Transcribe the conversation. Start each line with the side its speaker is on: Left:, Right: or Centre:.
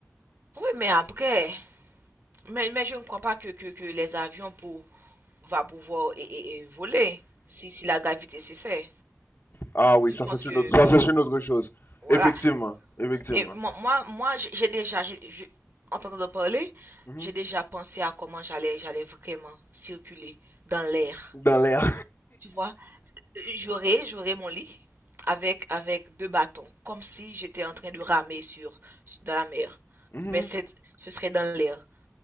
Right: mais après, mais, mais je ne crois pas que, que, que les avions pour, va pouvoir et, et- et voler si, si la gravité cessait.
Left: Ah oui,
Right: Je
Left: ça
Right: pense
Left: c'est
Right: que,
Left: une autre,
Right: que
Left: ça c'est une autre chose.
Right: voilà.
Left: Effectivement, effectivement.
Right: Et moi, moi, moi j'ai déjà, j'ai- je- en t'entendant parler,
Left: Mhm.
Right: j'ai déjà pensé à comment j'allais, j'allais vraiment circuler dans l'air.
Left: Dans l'air.
Right: Tu vois, j'aurais, j'aurais mon lit avec, avec deux bâtons, comme si j'étais en train de ramer sur, dans la mer.
Left: Mhm.
Right: Mais c'est, ce serait dans l'air.